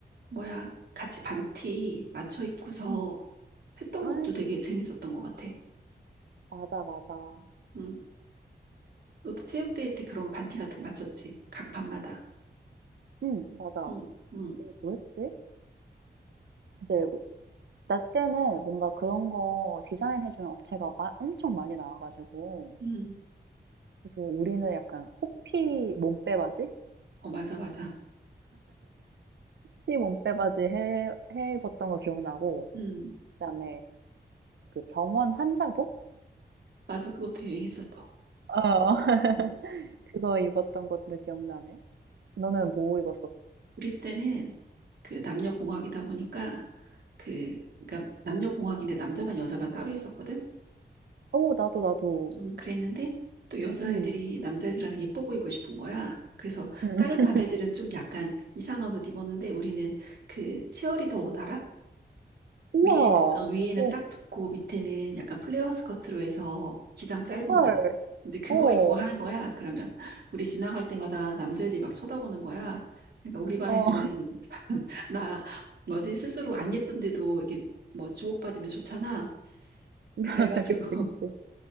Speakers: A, on the right; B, on the right.
A: 뭐야 같이 반티 맞춰 입고서
B: 음.
A: 했던
B: 아
A: 것도 되게 재밌었던 것 같아.
B: 맞아, 맞아.
A: 응. 너도 체육대회 때 그런 거 반티 같은 거 맞췄지? 각 반마다.
B: 응 맞아.
A: 응, 응,
B: 우리가 뭐 했지? 이제 나 때는 뭔가 그런 거 디자인해주는 업체가 마, 엄청 많이 나와가지고
A: 응.
B: 그래서 우리는 약간 호피 몸빼바지?
A: 어 맞아 맞아.
B: 호피 몸빼바지 해, 해 입었던 거 기억나고
A: 응,
B: 그다음에 그 병원 환자복?
A: 맞아 그것도 유행했었어.
B: 어 <laughs>
A: 응.
B: 그거 입었던 것도 기억나네. 너는 뭐 입었었어?
A: 우리 때는 그 남녀공학이다 보니까 그 그러니까 남녀공학인데 남자반 여자반 따로 있었거든.
B: 어 나도 나도
A: 음, 그랬는데 또 여자애들이
B: 응
A: 남자애들한테 예뻐 보이고 싶은 거야. 그래서
B: 응.
A: 다른
B: <laughs>
A: 반 애들은 좀 약간 이상한 옷 입었는데 우리는 그 치어리더 옷 알아?
B: 우와
A: 위에, 어, 위에는
B: 어
A: 딱 붙고 밑에는 약간 플레어 스커트로 해서 기장 짧은
B: 헐.
A: 거. 이제 그거
B: 어,
A: 입고 하는 거야. 그러면 우리 지나갈 때마다 남자애들이 막 쳐다보는 거야. 그러니까 우리 반
B: 어,
A: 애들은 <laughs> 나 뭐지 스스로 안 예쁜데도 이렇게 뭐 주목받으면 좋잖아.
B: <laughs>
A: 그래가지고
B: 그치, 그치.